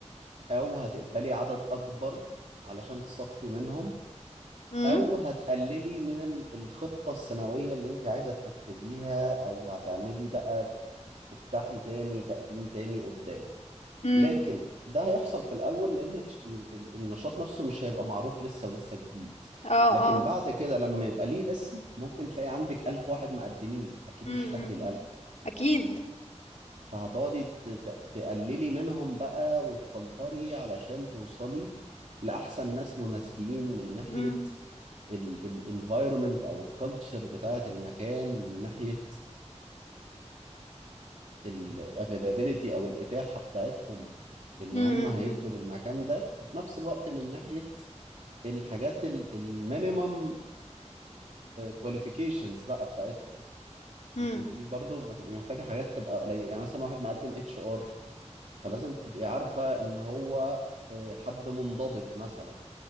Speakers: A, on the right; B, on the left.
A: او هتقبلي عدد اكبر علشان تصفي منهم
B: امم
A: او هتقللي من ال- الخطة السنوية اللي انت عايزة تنفذيها او هتعملي بقى تفتحي تاني تقديم تاني قدام
B: امم
A: لكن ده هيحصل في الاول لان الش- ال- ال- النشاط نفسه مش هيبقى معروف لسه ولسه جديد
B: اه
A: لكن
B: اه
A: بعد كده لما يبقى ليه اسم ممكن تلاقي عندك ألف واحد مقدمين اكيد
B: امم
A: مش هتاخدي الألف
B: اكيد
A: فهتقعدي ت- ت- تقللي منهم بقى وتفلتري علشان توصلي لأحسن ناس مناسبين من ناحية
B: امم
A: الانفايرمنت أو الكالتشر بتاعة المكان من ناحية الافيلابيلتي أو الإتاحة بتاعتهم لأن
B: امم
A: هم هيدوا للمكان ده وفي نفس الوقت من ناحية الحاجات المينيمم كواليفيكيشنز بقى بتاعتهم
B: امم
A: انت في برضه هتبقي محتاجه حاجات تبقى قليله يعني مثلا واحد مقدم اتش ار فلازم تبقي عارفة ان هو آه، حد منضبط مثلا